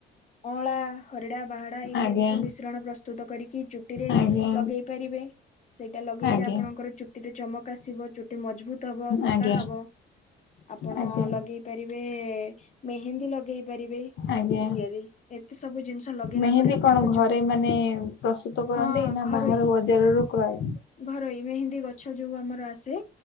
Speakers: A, on the left; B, on the left.
A: ଅଁଳା ହରିଡା ବାହାଡା ଇତ୍ୟାଦି
B: ଆଜ୍ଞା
A: କୁ ମିଶ୍ରଣ ପ୍ରସ୍ତୁତ କରିକି ଚୁଟି ରେ
B: ଆଜ୍ଞା
A: ଲଗେଇ ପାରିବେ। ସେଇଟା ଲଗେଇଲେ
B: ଆଜ୍ଞା ଆଜ୍ଞା
A: ଆ ଚୁଟି ରେ ଚମକ ଆସିବ ଚୁଟି ମଜବୁତ ହବ ଆଉ ମୋଟା
B: ଆଜ୍ଞା
A: ହବ
B: ଆଜ୍ଞା
A: ଆପଣ
B: ଆଜ୍ଞା
A: ଲଗେଇ ପାରିବେ ମେହେନ୍ଦୀ ଲଗେଇ ପାରିବେ
B: ଆଜ୍ଞା
A: ଇତ୍ୟାଦି ଏତେ ସବୁ ଜିନିଷ ଲଗେଇଲା
B: ମେହେନ୍ଦୀ
A: ପରେ ଆପଣଙ୍କ
B: କଣ ଘରେ
A: ଚୁଟି
B: ମାନେ ପ୍ରସ୍ତୁ ପ୍ରସ୍ତୁତ କରନ୍ତି
A: ହଁ
B: ନା
A: ଘରୋଇ
B: ବାହ ବଜାରରୁ କ୍ରୟ
A: ଘରୋଇ ମେହେନ୍ଦୀ ଗଛ ଯୋଉ ଆମର ଆସେ